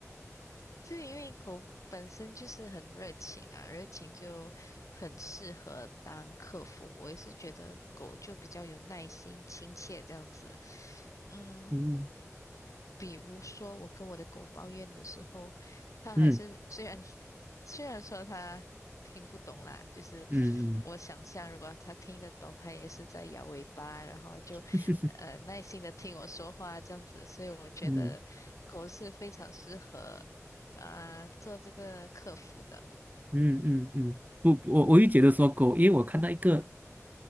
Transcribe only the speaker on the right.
嗯
嗯
嗯嗯。
<laughs>
嗯
嗯嗯嗯，不，我我也觉得说狗，因为我看到一个，